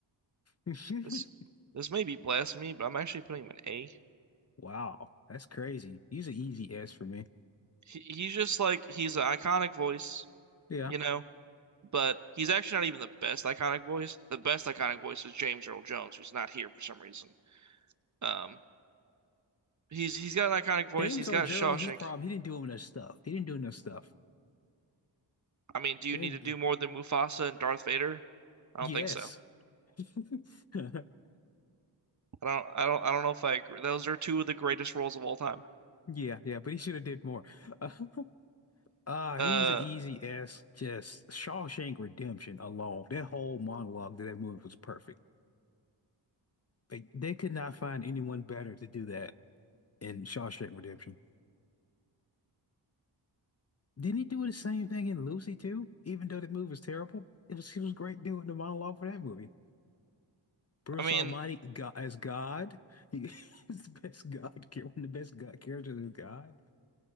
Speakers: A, on the left; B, on the right.
A: mm-hmm.
B: This this may be blasphemy, but I'm actually putting him in A.
A: <laughs> Wow, that's crazy. He's an easy S for me.
B: He, he's just like he's an iconic voice,
A: Yeah.
B: you know, but he's actually not even the best iconic voice. The best iconic voice is James Earl Jones, who's not here for some reason. Um He's he's got an iconic voice.
A: James
B: He's
A: Orgeron,
B: got Shawshank.
A: his problem, he didn't do enough stuff. He didn't do enough stuff.
B: I mean, do you
A: James,
B: need to do more than Mufasa and Darth Vader? I
A: yes.
B: don't think so.
A: <laughs>
B: I don't I don't I don't know if I agree. Those are two of the greatest roles of all time.
A: Yeah, yeah, but he should have did more. Uh, <laughs> uh,
B: Uh,
A: he's an easy S. Just Shawshank Redemption alone. That whole monologue to that movie was perfect. Like they could not find anyone better to do that in Shawshank Redemption. Didn't he do the same thing in Lucy too? Even though that movie was terrible, it was he was great doing the monologue for that movie. Bruce
B: I mean,
A: Almighty God, as God, he <laughs> is the best God, <laughs> char- one of the best God characters is God.